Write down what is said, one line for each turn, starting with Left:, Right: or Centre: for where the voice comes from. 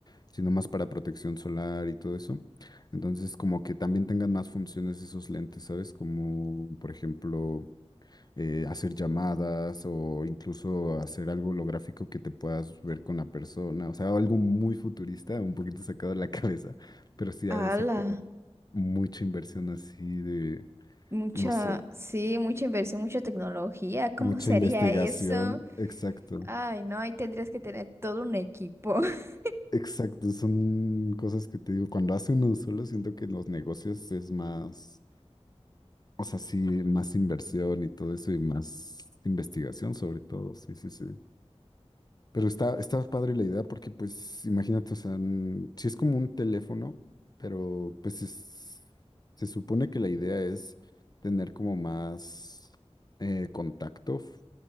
Left: sino más para protección solar y todo eso. Entonces, como que también tengan más funciones esos lentes, ¿sabes? Como, por ejemplo, eh, hacer llamadas o incluso hacer algo holográfico que te puedas ver con la persona. O sea, algo muy futurista, un poquito sacado de la <laughs> cabeza, pero sí
Right: ¡Hala!
Left: ha de ser como mucha inversión así de,
Right: Mucha,
Left: no sé,
Right: sí, mucha inversión, mucha tecnología. ¿Cómo
Left: mucha
Right: se
Left: investigación.
Right: haría eso?
Left: Exacto.
Right: Ay, no, ahí tendrías que tener todo un equipo. <laughs>
Left: Exacto, son cosas que te digo, cuando hace uno solo siento que los negocios es más, o sea, sí, más inversión y todo eso y más investigación sobre todo, sí, sí, sí. Pero está, está padre la idea porque, pues, imagínate, o sea, mm, sí es como un teléfono, pero pues es- se supone que la idea es tener como más eh, contacto, f-